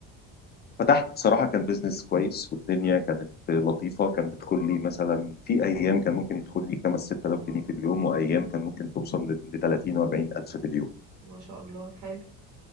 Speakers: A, on the left (about 30°); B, on the right (about 70°).
A: فتحت صراحه كان بيزنس كويس والدنيا كانت لطيفه كان بيدخل لي مثلا في ايام كان ممكن يدخل لي 5 6000 جنيه في اليوم وايام كان ممكن توصل ل 30 و 40 الف في اليوم
B: ما شاء الله حلو